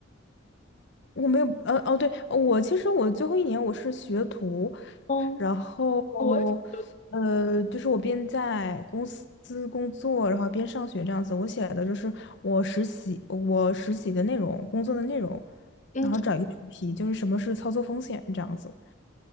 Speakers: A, on the left (about 60°); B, on the left (about 35°).
A: 我没有，呃，哦，对，呃我其实我最后一年我是学徒，
B: 嗯，
A: 然后，
B: 我也是，
A: 呃，就是我边在公司工作，然后边上学这样子。我写的就是我实习，我实习的内容，工作的内容，
B: 嗯
A: 然后找一个主题，就是什么是操作风险这样子，